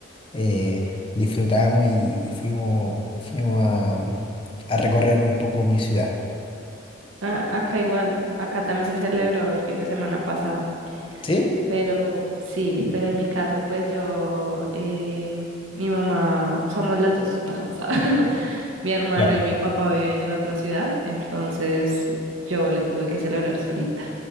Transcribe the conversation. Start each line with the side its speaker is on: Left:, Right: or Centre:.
Left: eh, disfrutamos y, y fuimos, fuimos a, a recorrer un poco mi ciudad.
Right: Ah, acá igual, acá también se celebró el fin de semana pasado,
Left: ¿Sí?
Right: pero sí, pero en mi caso, pues yo, eh, mi mamá, somos las dos, nada más. <laughs> Mi hermano
Left: Ya,
Right: y mi papá viven en otra ciudad, entonces yo le tuve que celebrar solita.